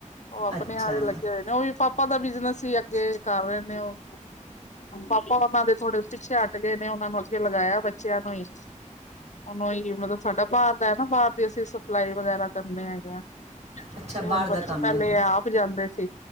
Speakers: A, on the left; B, on the right.
A: ਉਹ ਆਪਣੇ
B: ਅੱਛਾ
A: ਆ ਰੇ ਲੱਗੇ ਹੋਏ। ਉਹ ਵੀ ਪਾਪਾ ਦਾ ਬਿਜਨਸ ਹੀ ਅੱਗੇ ਕਰ ਰਹੇ ਨੇ ਉਹ ਪਾਪਾ ਔਨਾਂ ਦੇ ਥੋੜੇ ਪਿੱਛੇ ਹੱਟ ਗਏ ਨੇ ਉਹਨਾਂ ਨੂੰ ਅੱਗੇ ਲਗਾਇਆ ਬੱਚਿਆਂ ਨੂੰ ਈ ਹੁਣ ਓ ਹੀ ਏ ਮਤਲਬ ਸਾਡਾ ਬਾਰ ਦਾ ਐ ਨਾ ਬਾਰ ਦੀ ਅਸੀ ਸਪਲਾਈ ਵਗੈਰਾ ਕਰਨੇ ਹੈਗੇ ਆ। ਤੇ
B: ਅੱਛਾ
A: ਹੁਣ
B: ਬਾਹਰ ਦਾ
A: ਬੱਚ
B: ਕੰਮ
A: ਪਹਿਲੇ
B: ਹੈਗਾ
A: ਇਹ ਆਪ ਜਾਂਦੇ ਸੀ।